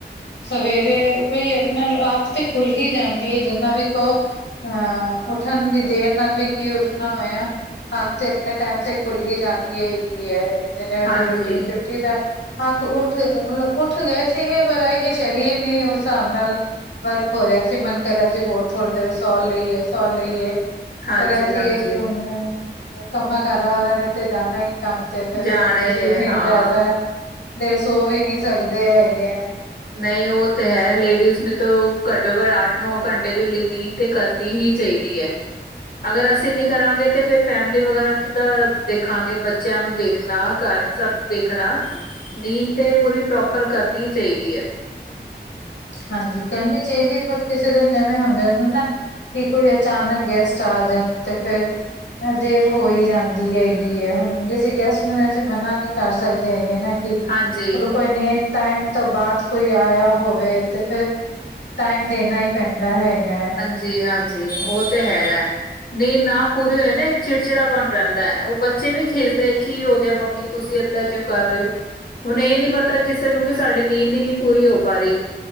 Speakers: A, on the left; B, on the left.
A: ਸਵੇਰੇ ਵੀ ਆਪਣਾ ਅੱਖ ਤੇ ਖੁੱਲ ਹੀ ਜਾਂਦੀ ਹੈ ਜਿੰਨਾ ਵੀ ਕੋ ਅਹ ਉੱਠਣ ਦੀ ਦੇਰ ਨਾਲ ਵੀ ਕੀ ਉੱਠਣਾ ਹੋਇਆ ਅੱਖ ਤੇ ਆਪਣੇ ਟਾਈਮ ਤੇ ਖੁੱਲ ਹੀ ਜਾਂਦੀ ਹੈਗੀ ਹੈ ਜਿੰਨੇ ਵਜੇ
B: ਹਾਂਜੀ
A: ਰੂਟੀਨ ਉੱਠੀ ਦਾ ਤਾਂ ਅੱਖ ਉੱਠ ਮਤਲਬ ਉੱਠ ਗਏ ਸੀਗੇ ਪਰ ਸਰੀਰ ਨੇ ਉਸ ਹਿਸਾਬ ਨਾਲ ਵਰਕ ਹੋ ਰਿਹਾ ਸੀ ਮਨ ਕਰਹਾ ਸੀ ਵੋਟ ਥੋੜ ਦੇ ਸੌ ਲਈਏ ਸੌ ਲਈਏ
B: ਹਾਂਜੀ
A: ਫੇਰ ਇਹ ਸੀਗਾ
B: ਹਾਂਜੀ
A: ਕਿ ਹੁਣਦਾ ਕੰਮਾਂ ਕਾਰਾਂ ਵਾਲਾ ਨੇ ਤੇ ਜਾਣਾ ਹੀ ਕੰਮ ਤੇ ਫੇਰ
B: ਜਾਣਾ
A: ਅਸੀਂ
B: ਹੀ ਹੈ
A: ਵਿ
B: ਹਾਂ
A: ਜ਼ਿਆਦਾ ਦੇਰ ਸੋ ਵੀ ਨਈ ਸਕਦੇ ਹੈਗੇ ਆ
B: ਨਹੀਂ ਉਹ ਤਾਂ ਹੈ ਲੇਡੀਜ਼ ਮੈਂ ਤੋਂ ਘੱਟੋ ਘੱਟ ਆੱਠ ਨੌ ਘੰਟੇ ਦੇ ਲਿ ਨਿਦ ਤੇ ਕਰਨੀ ਹੀ ਚਾਹੀਦੀ ਏ ਅਗਰ ਅਸੀਂ ਨਈ ਕਰਾਂਗੇ ਤੇ ਫਿਰ ਫੈਮਲੀ ਵਗੈਰਾ ਕਿੱਦਾਂ ਦੇਖਾਂਗੇ ਬੱਚਿਆਂ ਨੂੰ ਦੇਖਨਾ ਘਰ ਸਭ ਦੇਖਣਾ ਨੀਂਦ ਤੇ ਪੂਰੀ ਪ੍ਰੋਪਰ ਕਰਨੀ ਚਾਹੀਦੀ ਹੈ
A: ਹਾਂਜੀ ਕਰਨੀ ਚਾਹੀਦੀ ਪਰ ਕਿਸੇ ਦਿਨ ਏਵੇਂ ਹੋ ਜਾਦਾ ਨਾ ਜੇ ਕੋਈ ਅਚਾਨਕ ਗੈਸਟ ਆ ਜਾਣ ਤੇ ਫੇਰ ਦੇਰ ਹੋ ਹੀ ਜਾਂਦੀ ਹੈਗੀ ਹੈ ਹੁਣ ਜ ਅਸੀਂ ਗੈਸਟ ਨੂੰ ਅਸੀਂ ਮਨਾ ਨਹੀਂ ਕਰ ਸਕਦੇ ਹੈਗੇ ਨਾ ਚਲੋ
B: ਹਾਂਜੀ
A: ਕੋਈ ਨਈ ਇਕ ਟਾਈਮ ਤੋਂ ਬਾਅਦ ਕੋਈ ਆਇਆ ਹੋਵੇ ਤੇ ਫਿਰ ਟਾਈਮ ਦੇਣਾ ਹੀ ਪੈਂਦਾ ਹੈਗਾ। ਹੈ
B: ਜੀ ਹਾਂਜੀ, ਉਹ ਤੇ ਹੈਗਾ। ਨੀਂਦ ਨਾ ਪੂਰੀ ਹੋਈ ਨਾ ਇੱਕ ਚਿੜਚਿੜਾ ਪਨ ਰਹਿੰਦਾ ਹੈ ਉਹ ਬੱਚੇ ਵੀ ਖਿਜਦੇ ਕੀ ਹੋ ਗਿਆ ਮੰਮੀ ਤੁਸੀਂ ਏਦਾਂ ਕਿਉਂ ਕਰ ਰਹੇ ਹੋ। ਹੁਣ ਇਹ ਨਹੀਂ ਪਤਾ ਕਿਸੇ ਨੂੰ ਕਿ ਸਾਡੀ ਨੀਂਦ ਹੀ ਨਹੀਂ ਪੂਰੀ ਹੋ ਪਾ ਰਹੀ।